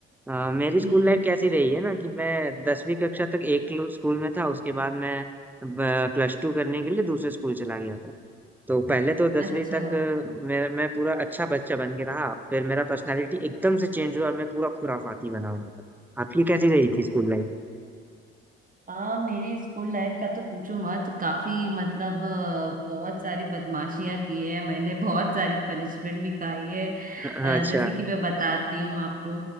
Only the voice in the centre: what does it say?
अ, मेरी स्कूल
लाइफ कैसी रही है ना कि मैं दसवीं कक्षा तक एक लो- स्कूल में था उसके बाद मैं प्लस टू करने के लिए दूसरे स्कूल चला गया था तो पहले तो
दसवीं तक अ, मैं मैं पूरा अच्छा बच्चा बन के रहा फिर मेरा पर्सनालिटी एकदम से चेंज हुआ और मैं पूरा खुराफाती बना हुआ था आपकी कैसी रही थी स्कूल
हाँ
अच्छा